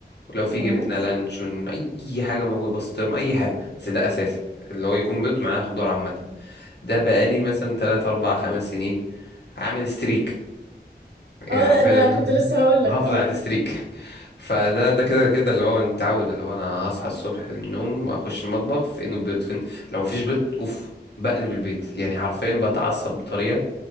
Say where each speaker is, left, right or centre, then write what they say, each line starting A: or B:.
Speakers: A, on the left; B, on the right.
A: ولو في
B: تمام
A: جبنة لانشون أي حاجة موجودة بسطرم أي حاجة بس ده أساسي اللي هو يكون بيض معاه خضار عامة ده بقالي مثلا تلات أربع خمس سنين عامل ستريك يعني
B: اه
A: حرفيا
B: ده, ده
A: اللي
B: كنت
A: هو
B: لسه
A: <laughs>
B: هقول
A: محافظ
B: لك اه
A: على الستريك فده ده كده كده اللي هو متعود اللي هو أنا هصحى الصبح من النوم أخش المطبخ فين البيض فين لو مفيش بيض أوف بقلب البيت يعني حرفيا بتعصب بطريقة